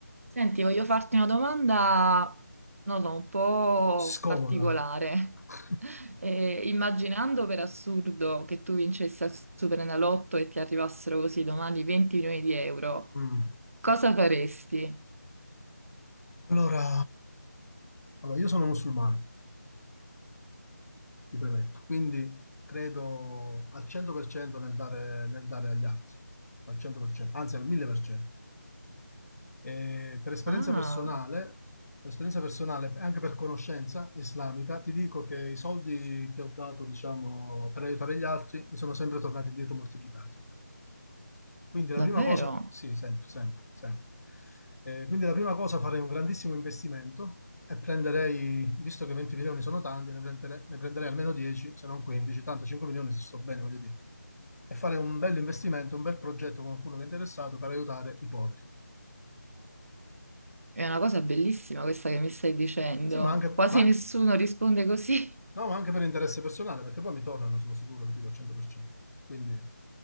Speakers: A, on the right; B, on the left.
A: Senti, voglio farti una domanda, non lo so, un po'
B: Scomoda.
A: particolare.
B: <laughs>
A: <laughs> Eh, immaginando per assurdo che tu vincessi al Superenalotto e ti arrivassero così domani 20 milioni di euro,
B: Mm.
A: cosa faresti?
B: Allora, allora, io sono musulmano, ti premetto, quindi credo al 100% nel dare, nel dare agli altri, al 100%, anzi al 1000%. Eh, per esperienza
A: Ah,
B: personale, per esperienza personale, anche per conoscenza islamica, ti dico che i soldi che ho dato, diciamo, per aiutare gli altri, mi sono sempre tornati indietro moltiplicati. Quindi
A: davvero?
B: la prima cosa, sì, sempre, sempre, sempre. Eh, quindi la prima cosa farei un grandissimo investimento e prenderei, visto che 20 milioni sono tanti, ne prendere- ne prenderei, almeno 10, se non 15, tanto 5 milioni ci sto bene, voglio dire. E fare un bel investimento, un bel progetto con qualcuno che è interessato per aiutare i poveri.
A: È una cosa bellissima questa che mi stai dicendo.
B: Sì, ma anche,
A: Quasi
B: ma anche-
A: nessuno risponde così.
B: No, ma anche per interesse personale, perché poi mi tornano, sono sicuro, capito, al 100%. Quindi,